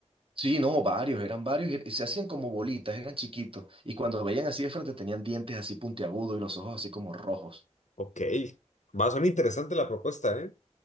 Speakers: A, on the right; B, on the left.
A: Sí, no, varios, eran varios y y se hacían como bolitas, eran chiquitos. Y cuando veían así de frente tenían dientes así puntiagudos y los ojos así como rojos.
B: Ok, va, suena interesante la propuesta, ¿eh?